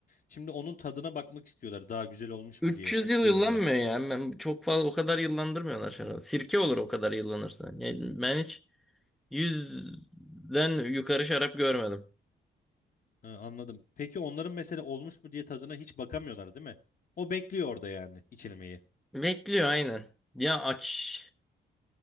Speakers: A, on the left (about 45°); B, in the centre.
A: Şimdi onun tadına bakmak istiyorlar. Daha güzel olmuş
B: 300
A: mu diye istiyorum
B: yıl yıllanmıyor
A: ben.
B: yani. Ben çok fazla o kadar yıllandırmıyorlar şarabı. Sirke olur o kadar yıllanırsa. Yani ben hiç yüzden yukarı şarap görmedim.
A: Ha, anladım. Peki onların mesela olmuş mu diye tadına hiç bakamıyorlar değil mi? O bekliyor orada yani içilmeyi.
B: Bekliyor aynen. Ya aç